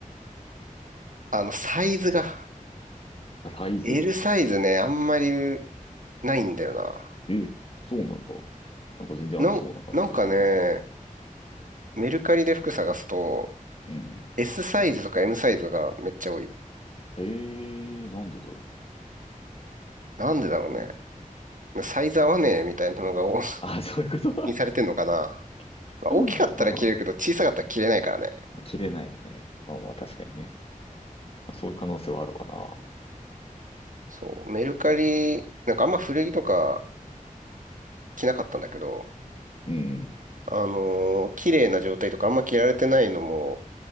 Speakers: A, on the right (about 65°); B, on the left (about 45°).
A: あの、サイズが、
B: サイズ。
A: L サイズね、あんまりないんだよな。
B: え、そうなんだ。なんか全然ありそうな感じするけどね。
A: なん、なんかね、メルカリで服探すと、
B: うん。
A: S サイズとか M サイズがめっちゃ多い。
B: ええーなんでだろ
A: なんでだろうね。
B: う。うん。
A: サイズ合わねえみたいなのが多 <laughs>
B: あ、<laughs> そういうこと
A: にされてんのかな。
B: <laughs>
A: まあ大きかったら着れるけど、
B: うんまあ <laughs> まあ、ま
A: 小さかったら着れないからね。
B: あ切れないよね。まあまあ、確かにね。そういう可能性はあるわな。
A: そう、メルカリ、なんかあんま古着とか着なかったんだけど、
B: うん。
A: あのー綺麗な状態とかあんま着られてないのも